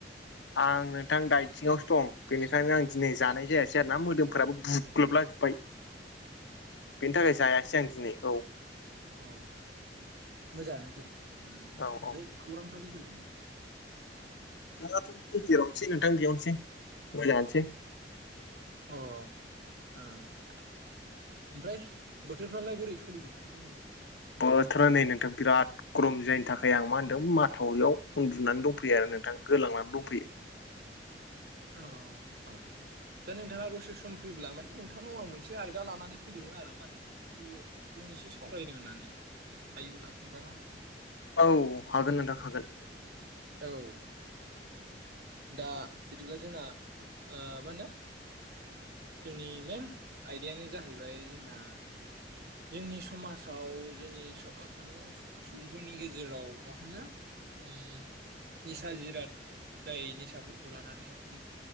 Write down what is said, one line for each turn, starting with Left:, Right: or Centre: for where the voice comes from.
Left: आं नोंथां दाइथिंआवसो दं बेनिखायनो आं दिनै जानाय जायासै आरो ना मोदोमफोराबो बु ग्लब्लाजोब्बाय बेनि थाखाय जायासै आं दिनै औ
Right: औ औ मोजांनो दे उम
Left: औ औ
Right: ओमफ्राय खौरांफ्रालाय बोरैदों?
Left: खौरांआथ' गेजेरावनोसै नोंथां बेयावनोसै मोजांआनोसै
Right: औ ओ ओमफ्राय बोथोरफ्रालाय बोरै सोलिदों नोंथांमोननि
Left: ओ बोथोरा नै नोंथां बिराद ग्रम जायनि थाखाय आं मा होनदों माथावरियाव उन्दुनानै दंफैयो आरो नोंथां गोलांनानै दंफैयो
Right: औ औ दा नोंथाङा दसे सम फैब्ला माने नोंथांनाव आं मोनसे आयदा लानानै फैदोंमोन आरो माने फंनैसो सावरायनो होननानै हायोब्ला नोंथाङा
Left: औ हागोन नोंथां हागोन
Right: औ दा बिदिब्ला जोंना मा होनो जोंनि मेन आयदायानो जाहैबाय जोंहा जोंनि समाजाव जोंनि स माहोनो सुबुंफोरनि गेजेराव मा होनो ओम निसा जिराद जाय निसाफोरखौ लानानै जों